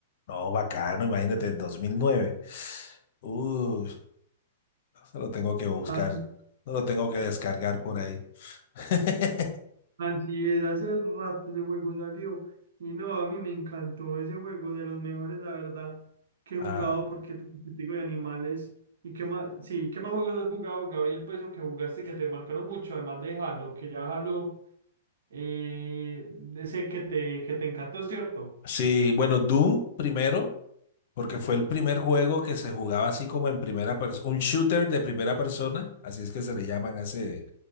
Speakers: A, on the left; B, on the right.
A: No, bacano, imagínate, dos mil nueve Uy, eso lo tengo que buscar,
B: ¿Sí? Ah,
A: no lo tengo que descargar por ahí. <laughs>
B: Así es, hace rato ese juego salió. Y no, a mí me encantó ese juego, de los mejores, la verdad, que he jugado
A: Ah,
B: porque te te digo de animales. ¿Y qué más? Sí, ¿qué más juegos has jugado, Gabriel? Pues o que jugaste que te marcaron mucho, además de Halo, que ya Halo, eh, sé que te, que te encantó, ¿cierto?
A: sí, bueno, Doom primero, porque fue el primer juego que se jugaba así como en primera persona, un shooter de primera persona, así es que se le llaman hace